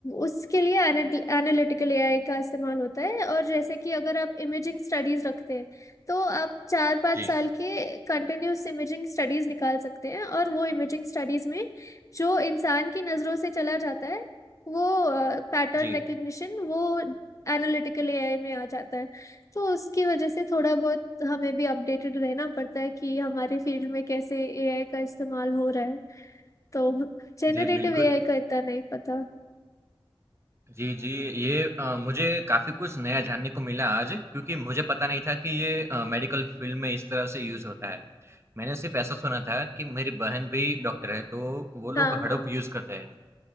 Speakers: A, on the left; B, on the right.
A: उसके लिए एनालिटिकल एआई का इस्तेमाल होता है और जैसे कि अगर आप इमेजिंग स्टडीज रखते हैं तो आप चार पाँच
B: जी
A: साल के कंटिन्यूस इमेजिंग स्टडीज निकाल सकते हैं और वो इमेजिंग स्टडीज में जो इंसान की नज़रों से चला जाता है वो पैटर्न
B: जी
A: रिकग्निशन वो एनालिटिकल एआई में आ जाता है तो उसकी वजह से थोड़ा बहुत हमें भी अपडेटेड रहना पड़ता है कि हमारे फील्ड में कैसे एआई का इस्तेमाल हो रहा है तो जेनरेटिव
B: जी बिल्कुल
A: एआई का इतना नहीं पता <laughs>
B: जी, जी। ये अ, मुझे काफ़ी कुछ नया जानने को मिला आज क्योंकि मुझे पता नहीं था कि ये अ, मेडिकल फ़ील्ड में इस तरह से यूज़ होता है। मैंने सिर्फ ऐसा सुना था कि मेरी बहन भी डॉक्टर है, तो वो लोग
A: हाँ
B: हड़प
A: हाँ
B: यूज़ करते हैं।